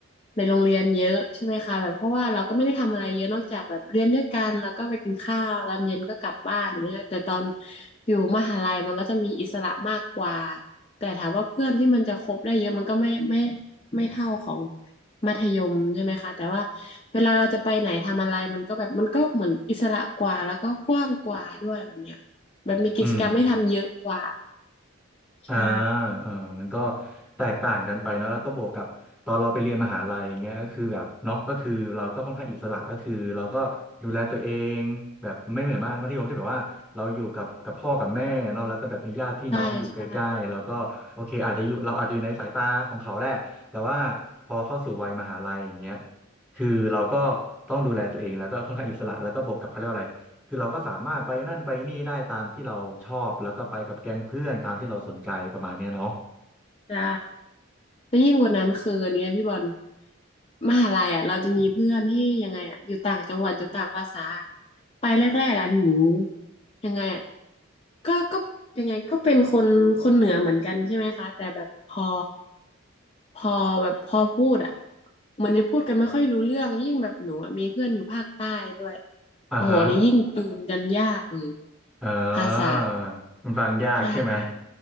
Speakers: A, on the left; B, in the centre.
A: ในโรงเรียนเยอะใช่ไหมคะแบบเพราะว่าเราก็ไม่ได้ทำอะไรเยอะนอกจากแบบเรียนด้วยกันแล้วก็ไปกินข้าวตอนเย็นก็กลับบ้านอย่างเนี่ยแต่ตอนอยู่มหาลัยมันก็จะมีอิสระมากกว่าแต่ถามว่าเพื่อนที่มันจะคบได้เยอะมันก็ไม่ไม่ไม่เท่าของ มัธยมใช่ไหมคะแต่ว่าเวลาเราจะไปไหนทำอะไรมันก็แบบมันก็เหมือนอิสระกว่าแล้วก็กว้างกว่าด้วยแบบเนี้ยแบบมีกิจกรรมให้ทำเยอะกว่า
B: อืม อ่า
A: ใช่
B: เออมันก็แตกต่างกันไปเนาะแล้วก็บวกกับตอนเราไปเรียนมหาลัยอย่างเงี้ยก็คือแบบเนาะก็คือเราก็ค่อนข้างอิสระก็คือเราก็ดูแลตัวเองแบบไม่เหมือนมากมัธยมที่แบบว่าเราอยู่กับกับพ่อกับแม่เนาะแล้วก็แบบมีญาติพี่น้องอยู่ใกล้ๆแล้วก็โอเคอาจจะอยู่เราอาจจะอยู่ในสายตาของเขาแหละแต่ว่าพอเข้าสู่วัยมหาลัยอย่างเงี้ย
A: ใช่ใช่
B: คือเราก็ต้องดูแลตัวเองแล้วก็ค่อนข้างอิสระแล้วก็บวกกับเขาเรียกว่าอะไร คือเราก็สามารถไปนั่นไปนี่ได้ตามที่เราชอบแล้วก็ไปกับแก๊งเพื่อนตามที่เราสนใจประมาณเนี้ยเนาะ
A: ใช่ แล้วยิ่งกว่านั้นคืออันเนี้ยพี่บอลมหาลัยอ่ะเราจะมีเพื่อนที่ยังไงอ่ะอยู่ต่างจังหวัดอยู่ต่างภาษาไปแรกๆอ่ะหนูยังไงอ่ะก็ก็ยังไงก็เป็นคนคนเหนือเหมือนกันใช่ไหมคะแต่แบบพอพอแบบพอพูดอ่ะมันจะพูดกันไม่ค่อยรู้เรื่องยิ่งแบบหนูอ่ะมีเพื่อนอยู่ภาคใต้ด้วย
B: อ่าฮะ
A: โอ้โหอันนี่ยิ่งจูนกันยากเลย
B: เอ
A: ภาษา
B: อมันฟังยากใช่ไหม
A: ใช่